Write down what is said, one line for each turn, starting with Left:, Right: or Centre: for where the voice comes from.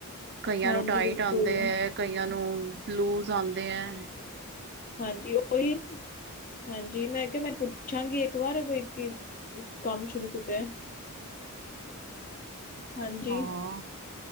Right: ਕਈਆਂ
Left: ਹਾਂਜੀ,
Right: ਨੂੰ ਟਾਈਟ'ਆਉਂਦੇ
Left: ਬਿਲਕੁਲ,
Right: ਹੈ ਕਈ ਕਈਆਂ ਨੂੰ ਲੂਜ ਆਉਂਦੇ ਹੈ।
Left: ਹਾਂਜੀ ਉਹੀ ਹਾਂਜੀ ਮੈਂ ਕਿਹਾ ਮੈਂ ਪੁੱਛਾਂਗੀ ਇੱਕ ਵਾਰ ਕਿ। ਕੰਮ ਸ਼ੁਰੂ ਕੀਤਾ ਹਾਂਜੀ।
Right: ਹਾਂ